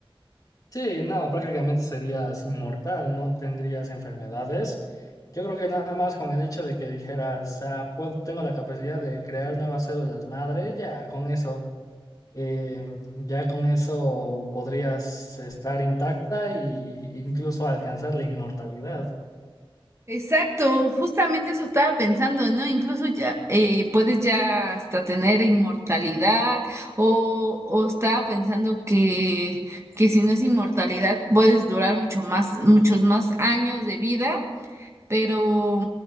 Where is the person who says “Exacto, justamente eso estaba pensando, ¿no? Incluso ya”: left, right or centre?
Right